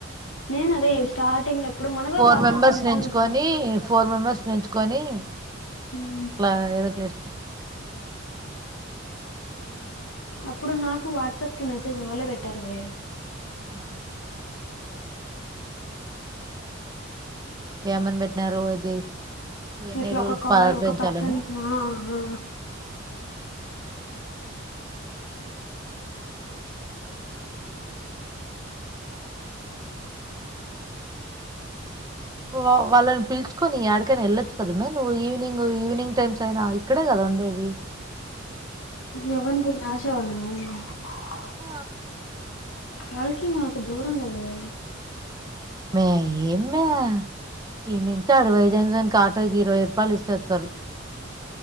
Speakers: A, on the left (about 80°); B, on the right (about 20°).
A: నేను అదే స్టార్టింగ్లో ఎప్పుడు మనగా
B: ఫోర్
A: వాట్సాప్కి
B: మెంబర్స్
A: మెసేజ్
B: ఏన్చుకొని
A: వస్తుంది
B: ఫోర్ మెంబర్స్ ఎన్చ్ కొని
A: ఉమ్,
B: అట్లా ఏదో చేష్
A: అప్పుడు నాకు వాట్సాప్కి మెసేజ్ వాళ్ళే పెట్టారు మే
B: ఆ ఏమని పెట్టినారు ఇది ఇవన్నీ
A: ఇట్లా
B: రూల్స్
A: ఒక కాల్
B: పాటించాలని
A: ఒక పర్సన్తో ఆ ఆ
B: సరిపోయింది వ వాళ్ళని పిలుచుకొని ఎడికైన ఎళ్ళచ్చు కదా మే నువ్వు ఈవినింగ్ ఈవనింగ్ టైమ్స్ <unintelligible> ఇక్కడే కదా ఉండేది
A: ఎవనికి ఇంత ఆశే <unintelligible>
B: ఆ
A: వాళ్ళకి మాకు దూరం కదా మే
B: మే ఎమ్మే ఈ నుంచి అడవైజాన్సానికి ఆటోకి ఇరవై రూపాయలు ఇస్తేస్తారు